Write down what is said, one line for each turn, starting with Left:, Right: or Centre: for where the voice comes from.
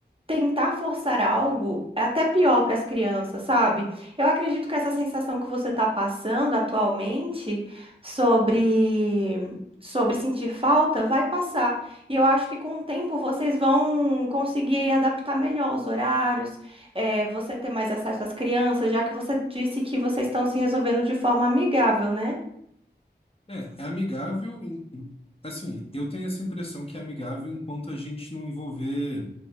Right: tentar forçar algo é até pior para as crianças, sabe? Eu acredito que essa sensação que você está passando atualmente sobre sobre sentir falta vai passar. E eu acho que com o tempo vocês vão conseguir adaptar melhor os horários, eh, você ter mais acesso às crianças, já que você disse que vocês estão se resolvendo de forma amigável, né?
Left: É, é amigável, em- em- assim, eu tenho essa impressão que é amigável enquanto a gente não envolver